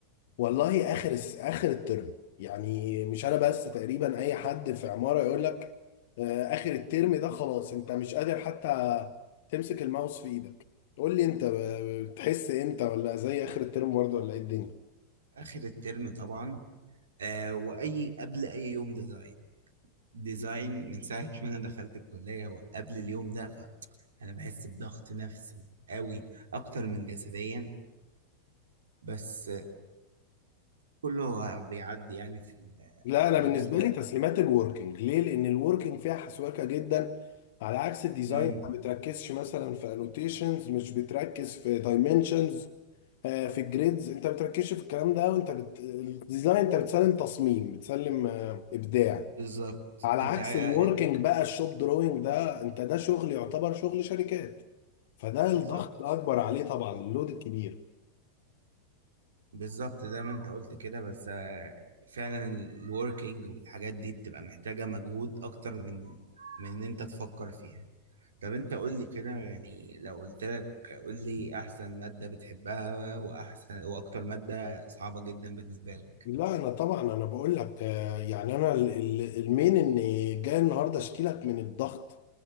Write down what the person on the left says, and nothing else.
والله اخر الس- اخر الترم يعني مش انا بس تقريبا اي حد في عماره يقول لك آه، اخر الترم ده خلاص انت مش قادر حتى تمسك الماوس في ايدك قول لي انت آه، بتحس امتى ولا زي اخر الترم برضه ولا ايه الدنيا
لا انا
بالنسبه
لي تسليمات الوركينج ليه لان الوركينج فيها حسواكه جدا على عكس الديزاين
ما بتركزش مثلا في انوتيشنز مش بتركز في دايمنشنز في الجريدز انت ما بتركزش في الكلام ده وانت بت... الديزاين انت بتسلم تصميم بتسلم آه، ابداع
على
عكس
الوركينج بقى الشوب دروينج ده انت ده شغل يعتبر شغل شركات فده
الضغط الاكبر عليه طبعا اللود الكبير
لا انا طبعا انا بقول لك آه، يعني انا ال- ال- المين ان جاي النهارده اشكي لك من الضغط